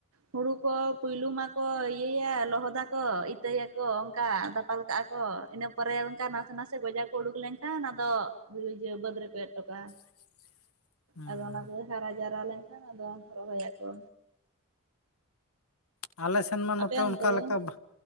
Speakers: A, on the right; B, on the left.
A: ᱦᱩᱲᱩ ᱠᱚ ᱯᱩᱭᱞᱩ ᱢᱟᱠᱚ ᱮᱭᱟ ᱞᱚᱦᱚᱫᱟ ᱠᱚ ᱤᱛᱟᱹᱭᱟᱠᱚ ᱚᱱᱠᱟ ᱫᱟᱯᱟᱞ ᱠᱟᱜᱼᱟ ᱠᱚ ᱤᱱᱟᱹ ᱯᱚᱨᱮ ᱚᱱᱠᱟ ᱱᱟᱥᱮ ᱜᱚᱡᱟ ᱠᱚ ᱩᱰᱩᱠ ᱞᱮᱱᱠᱷᱟᱱ ᱚᱱᱟ ᱫᱚ ᱵᱟᱹᱫᱽ ᱨᱮᱠᱚ ᱮᱨ ᱦᱚᱴᱚ ᱠᱟᱜᱼᱟ
B: <inaudible> ᱦᱩᱸ
A: ᱟᱫᱚ ᱚᱱᱟ ᱠᱚᱜᱮ ᱦᱟᱨᱟ ᱡᱟᱣᱨᱟ ᱞᱮᱱ ᱠᱷᱟᱱ ᱟᱫᱚ ᱨᱚᱦᱚᱭ ᱟᱠᱚ
B: ᱟᱞᱮ ᱥᱮᱱ ᱢᱟ ᱱᱚᱛᱮ
A: ᱟᱯᱮ
B: ᱚᱱᱠᱟ
A: ᱚᱱᱛᱮ ᱫᱚ
B: ᱞᱮᱠᱟ ᱵᱟᱝ